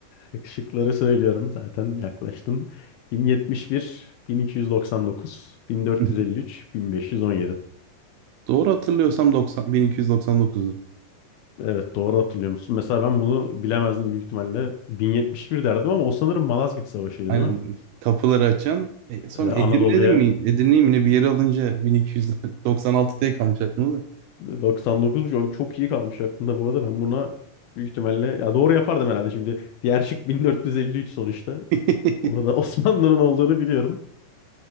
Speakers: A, on the left (about 70°); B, on the right (about 75°).
A: Ee, Şıkları söylüyorum zaten yaklaştın. 1071, 1299, 1453,
B: bakayım.
A: 1517.
B: <laughs> Doğru hatırlıyorsam 90, 1299
A: Evet doğru hatırlıyor musun? Mesela ben bunu bilemezdim büyük ihtimalle. 1071 derdim ama o sanırım Malazgirt Savaşı'ydı
B: Aynen
A: değil mi?
B: kapıları açan. E, sonra
A: Ee, Anadolu'ya
B: Edirne'de mi? Edirne'yi mi ne bir yere alınca 1296 diye <laughs> kalmış aklımda da.
A: 99 çok çok iyi kalmış aklımda bu arada. Ben buna büyük ihtimalle ya doğru yapardım herhalde şimdi. Diğer şık 1453 sonuçta.
B: <laughs>
A: Burada <laughs> Osmanlı'nın olduğunu biliyorum.